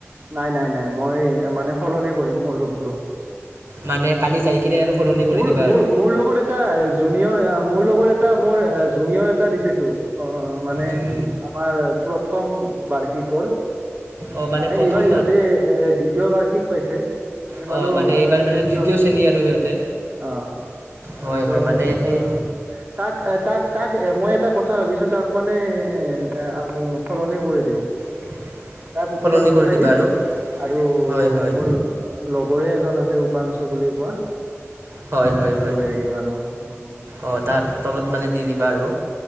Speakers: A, on the right; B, on the right.
A: নাই-নাই-নাই মই মানে সলনি কৰিম, মোৰ ৰুমটো।
B: মানে কালি যাই কিনে আৰু সলনি কৰি
A: মোৰ-মোৰ-মোৰ
B: দিবা আৰু
A: লগত এটা জুনিয়ৰ, মোৰ লগত এটা মোৰ জুনিয়ৰ এটা দিছেটো, অ, মানে
B: যোন
A: আমাৰ প্ৰথম বাৰ্ষিকৰ
B: অ মানে
A: এইবাৰ
B: প্ৰথম
A: সিহঁতে এ দ্বিতীয় বাৰ্ষিক পাইছে, আমি
B: অ
A: পালোঁ
B: মানে এইবাৰ মানে
A: তৃতীয়।
B: দ্বিতীয় শ্ৰেণী আৰু সিহঁতে।
A: অহ, তাৰপিছত
B: হয় হয় মানে
A: অহ,
B: সেই
A: তাক এই তাক তাক এ মই এটা কথা ভাবিছো, তাক মানে সলনি কৰি দিম।
B: <inaudible>
A: তাক ওপৰত পঠাই
B: কৰি দিবা
A: দিম।
B: আৰু
A: আৰু
B: হয় হয়
A: মোৰ লগৰে এজন আছে, উপাংশু বুলি কোৱা।
B: হয়-হয়-হয়
A: তাক মানে লৈ আহিম আৰু মোৰ ৰুমত
B: অ, তাত তলত মানে দি দিবা আৰু